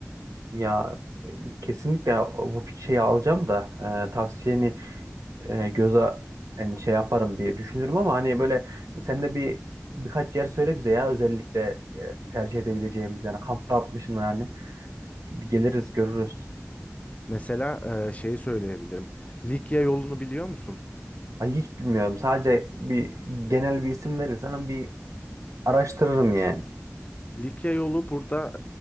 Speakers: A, on the right (about 85°); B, on the left (about 25°).
A: Ya e, kesinlikle bu şeyi alacağım da e, tavsiyeni e, göze yani şey yaparım bir düşünürüm ama hani böyle sen de bir birkaç yer söyle bize ya özellikle e, tercih edebileceğimiz yani kampta atmışsın yani bir geliriz görürüz.
B: Mesela e, şeyi söyleyebilirim. Likya yolunu biliyor musun?
A: Ay hiç bilmiyorum. Sadece bir genel bir isim verirsen bir araştırırım yani.
B: Likya yolu burada